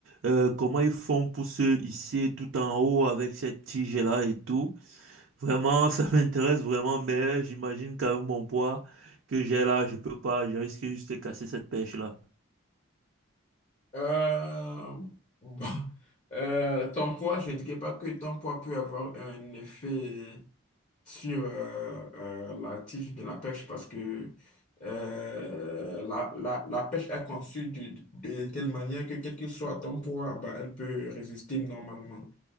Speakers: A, on the right; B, on the left.
A: Euh, comment ils font pour se hisser tout en haut avec cette tige-là et tout. Vraiment, ça <laughs> m'intéresse vraiment, mais j'imagine qu'avec mon poids que j'ai là, je peux pas, je risque juste de casser cette pêche-là.
B: Euh, bon, <laughs> euh, ton poids, je ne dirais pas que ton poids peut avoir un effet sur euh, euh, la tige de la pêche parce que euh, la, la, la pêche est conçue de, de telle manière que quel que soit ton poids, bah, elle peut résister normalement.